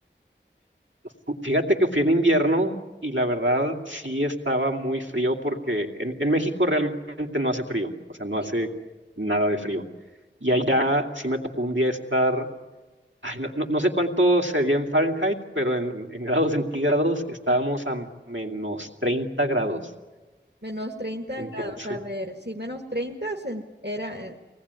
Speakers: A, on the right; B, on the right.
A: Fu- Fíjate que fui en invierno y la verdad sí estaba muy frío porque en, en México realmente no hace frío, o sea, no
B: Sí.
A: hace nada de frío. Y allá sí me tocó un día estar, ay, no, no- no sé cuánto sería en Fahrenheit, pero en, en grados centígrados estábamos
B: Ah,
A: a menos 30 grados.
B: menos 30
A: Entonces,
B: grados, a ver, sí, menos treinta se- era,